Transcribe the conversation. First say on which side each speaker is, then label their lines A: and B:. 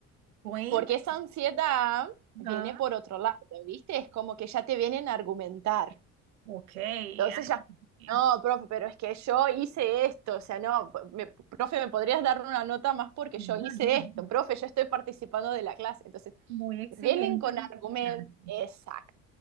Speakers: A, on the right; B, on the right.
A: Cuéntame.
B: Porque esa ansiedad viene
A: Ajá.
B: por otro lado, ¿viste? Es como que ya te vienen a argumentar.
A: Ok. ay,
B: Entonces ya,
A: bien.
B: no, profe, pero es que yo hice esto, o sea, no, me- profe, ¿me podrías dar una nota más porque
A: <laughs>
B: yo hice esto? Profe, yo estoy participando de la clase. Entonces,
A: Muy exigente
B: vienen con
A: los
B: argumentos,
A: muchachos.
B: exacto,